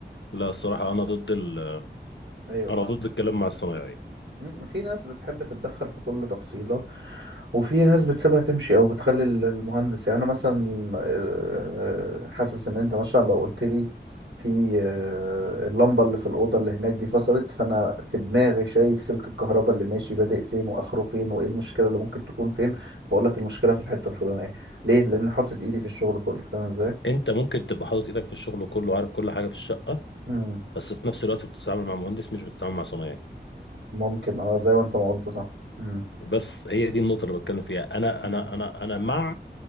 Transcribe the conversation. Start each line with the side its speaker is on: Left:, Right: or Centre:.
Left: لا الصراحه انا ضد ال...
Right: ايوه
Left: انا
Right: فاهم
Left: ضد الكلام مع الصنايعي
Right: مم. في ناس بتحب تتدخل في كل تفصيلة وفي ناس بتسيبها تمشي او بتخلي ال- المهندس يعني انا مثلا آه، حاسس ان انت مثلا لو قلت لي في آه، اللمبه اللي في الاوضه اللي هناك دي فصلت فانا في دماغي شايف سلك الكهرباء اللي ماشي بادئ فين واخره فين وايه المشكله اللي ممكن تكون فين فاقول لك المشكله في الحته الفلانيه ليه لان حطيت ايدي في الشغل كله فاهم ازاي
Left: انت ممكن تبقى حاطط ايدك في الشغل كله وعارف كل حاجه في الشقه
Right: مم.
Left: بس في نفس الوقت بتتعامل مع مهندس مش بتتعامل مع صنايعي
Right: ممكن اه زي ما انت ما قلت صح مم.
Left: بس هي دي النقطه اللي بتكلم فيها انا
Right: مم.
Left: انا انا انا مع